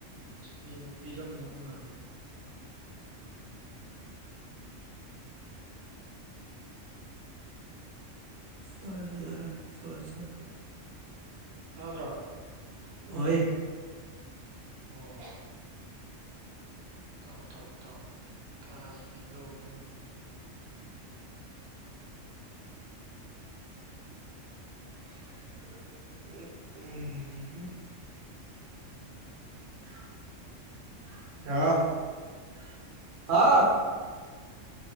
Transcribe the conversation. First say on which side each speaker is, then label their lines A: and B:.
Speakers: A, on the right (about 80°); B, on the right (about 60°).
A: ꯁ꯭ꯄꯦꯟꯗ ꯄꯤꯔꯝꯗꯧ ꯃꯥꯜꯂꯤ
B: ꯐꯖꯔ ꯐꯖꯔ
A: ꯇꯥꯗ꯭ꯔꯣ
B: ꯑꯣꯏ
A: ꯑꯣ ꯇꯥꯎ ꯇꯥꯎ ꯇꯥꯎ ꯀꯥꯥꯁ ꯀꯤꯍꯗꯣꯏꯅꯤ
B: ꯎ ꯎꯝ ꯍꯝ ꯍꯥꯎ ꯗꯥꯗꯥꯎ ꯍꯥꯎ